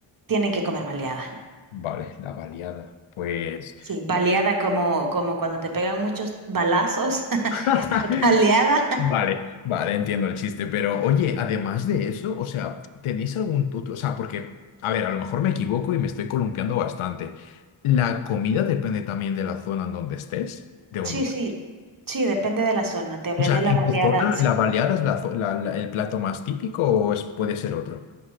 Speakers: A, on the right (about 40°); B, on the left (about 75°).
A: tienen que comer baleada.
B: Vale, la baleada. Pues.
A: Sí, baleada como, como cuando te pegan muchos balazos, <laughs>
B: <laughs>
A: está baleada.
B: Vale, vale, entiendo el chiste, pero oye, además de eso, o sea, ¿tenéis algún otro? O sea, porque, a ver, a lo mejor me equivoco y me estoy columpiando bastante. ¿La comida depende también de la zona en donde estés, de Honduras?
A: Sí, sí, sí, depende de la zona. Te hablé
B: O sea,
A: de la
B: ¿en
A: baleada,
B: tu zona
A: sí.
B: la baleada es la zo- la- la- el plato más típico o es, puede ser otro?